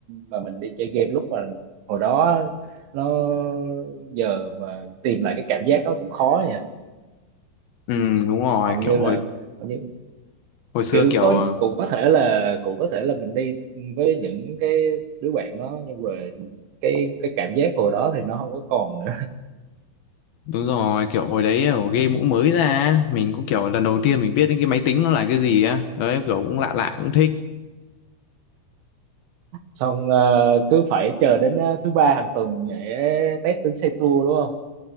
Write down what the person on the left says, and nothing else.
ừ đúng rồi
kiểu hồi
hồi xưa
kiểu
ờ,
đúng rồi kiểu hồi đấy kiểu game cũng mới ra mình cũng kiểu lần đầu tiên mình biết đến cái máy tính nó là cái gì á đấy kiểu cũng lạ lạ cũng thích